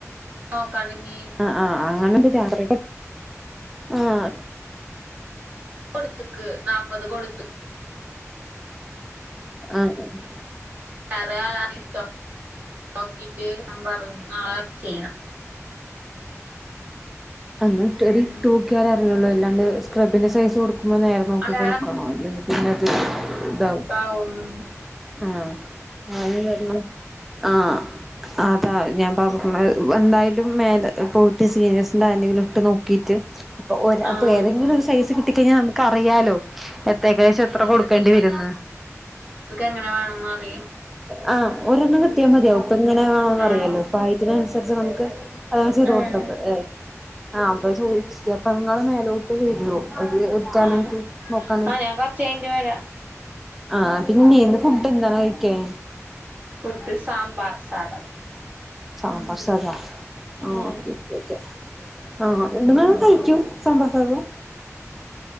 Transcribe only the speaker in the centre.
ആഹ് ആഹ് അങ്ങനെണ്ട് <unintelligible> ആഹ
ആ തന്നെ
എന്ന ക് ട്ടാടി
<unintelligible> തൂക്കിയാലെ അറിയൊളളു അല്ലാണ്ട് സ്ക്രബിൻ്റെ സൈസ് കൊടുക്ക്മ്പോം നേരം നോക്കി
കൊണ്ടാക്കണം അല്ലെങ്കി പിന്നെത് താവും
ആഹ ആമിം മരോളും
ആഹ അതാ ഞാൻ പറഞ്ഞത് എന്തായാലും മേലെ പോയിട്ട് സീനിയഴ്സിൻ്റാർൻ്റെങ്കിലും ഇട്ട് നോക്കിട്ട് പ്പൊ അപ്പോ
ഏതെങ്കിലും ഒരു സൈസ് കിട്ടികയ്ഞ്ഞാ നമ ക്കറിയാലോ എത്ത ഏകദേശം എത്ര കൊടുക്കേണ്ടി വരുന്ന്
ആഹ് ഒരെണ്ണം കിട്ട്യാ മതിയാവും പ്പ ങ്ങനെ വേണന്നറിയാലോ
പ്രായത്തിനനുസരിച്ച് നമുക്ക് അതാ ചെയ്ത് കൊടുത്തപ്പോഴെ
ആ അതാ ചോദിച്ച അപ്പ ങ്ങളെ മേലോം ട്ട് വരോ അത് എട്ക്കാനായിട്ട്
നോക്കാന്
ആഹ പിന്നെ ഇന്ന് ഫുഡെന്താണ് കയ് ക്യാൻ
സാമ്പർ സാധോ ആ
ഓക്കെ ക്കെ ക്കെ ആ രണ്ട് നേരം കയ്ക്യും സാമ്പാർ സാധം